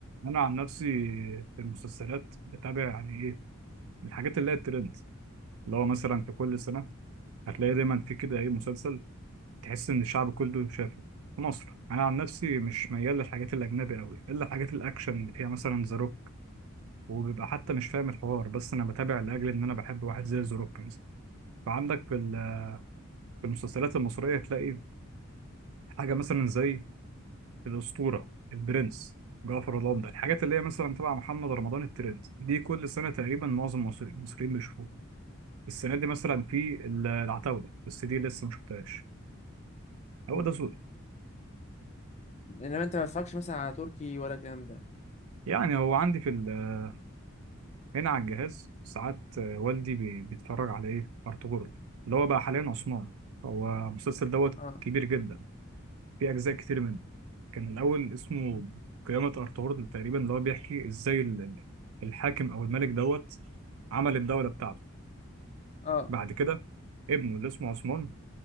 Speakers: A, on the right; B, on the left.
A: أنا عن نفسي في المسلسلات بتابع يعني إيه الحاجات اللي هي الترند اللي هو مثلا في كل سنة هتلاقي دايما في كده إيه مسلسل تحس إن الشعب كله شافه. في مصر انا عن نفسي مش ميال للحاجات الاجنبي قوي الا الحاجات الاكشن اللي فيها مثلا ذا روك، وبيبقى حتى مش فاهم الحوار بس انا بتابع لاجل ان انا بحب واحد زي ذا روك مثلا فعندك في ال- في المسلسلات المصريه تلاقي حاجه مثلا زي الاسطوره البرنس جعفر العمدة الحاجات اللي هي مثلا تبع محمد رمضان الترند دي كل سنه تقريبا معظم المصري- المصريين بيشوفوها السنه دي مثلا في ال- العتاوله بس دي لسه ما شفتهاش
B: مم.
A: هو ده ذوقي
B: انما انت ما تتفرجش مثلا على تركي ولا الكلام ده
A: يعني هو عندي في ال- هنا على الجهاز ساعات آه، والدي بي- بيتفرج على ايه ارطغرل اللي هو بقى حاليا عثمان هو المسلسل دوت
B: اه
A: كبير جدا في اجزاء كتير منه كان الأول اسمه
B: مم.
A: قيامة أرطغرل تقريبا اللي هو بيحكي إزاي ال- ال- الحاكم أو الملك دوت عمل الدولة بتاعته
B: اه
A: بعد كده ابنه اللي اسمه عثمان